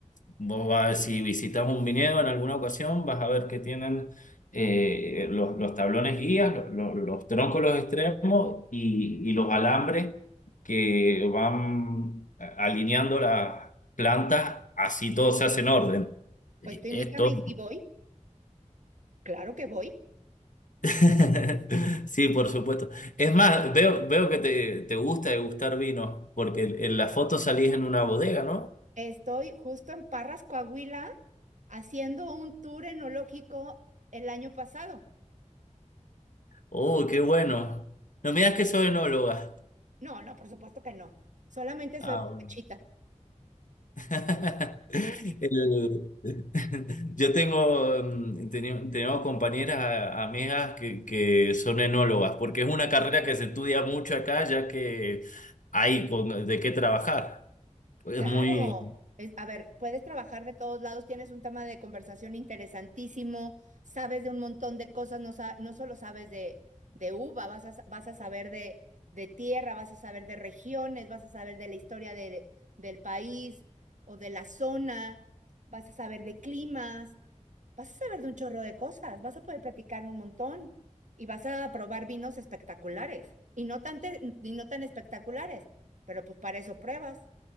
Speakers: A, on the left; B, on the right.
A: Vos vas, si visitas un viñedo en alguna ocasión, vas a ver que tienen eh, los, los tablones guías, lo- lo- los, troncos, los extremos y, y los alambres que van a- alineando las plantas, así todo se hace en orden.
B: Pues
A: Esto.
B: tú invítame y si voy, claro que voy.
A: <laughs> Sí, por supuesto. Es más, veo, veo que te, te gusta degustar vinos, porque en en la foto salís en una bodega, ¿no?
B: Estoy justo en Parras, Coahuila, haciendo un tour enológico el año pasado.
A: Oh, qué bueno. No me digas que soy enóloga.
B: No, no, por supuesto que no. Solamente
A: Ah,
B: soy borrachita.
A: bueno. <laughs> El- <laughs> yo tengo, mm, teni- tengo compañeras, a- amigas que, que son enólogas, porque es una carrera que se estudia mucho acá, ya que hay con- de qué trabajar. Es
B: Claro,
A: muy,
B: es- a ver, puedes trabajar de todos lados, tienes un tema de conversación interesantísimo, sabes de un montón de cosas, no, sa- no solo sabes de, de uva, vas a, sa- vas a saber de, de tierra, vas a saber de regiones, vas a saber de la historia de- del país o de la zona, vas a saber de climas, vas a saber de un chorro de cosas, vas a poder platicar un montón y vas a probar vinos espectaculares y no tan, te- y no tan espectaculares, pero pues para eso pruebas.